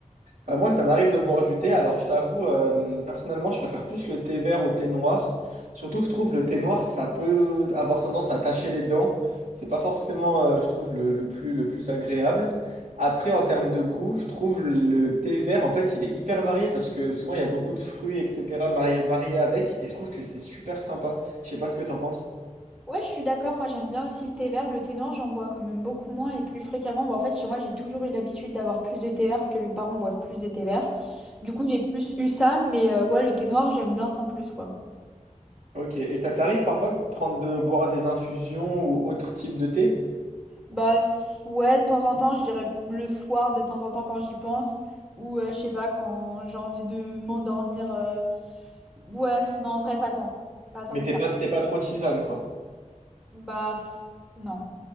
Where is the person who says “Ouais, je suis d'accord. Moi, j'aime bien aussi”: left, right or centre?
Centre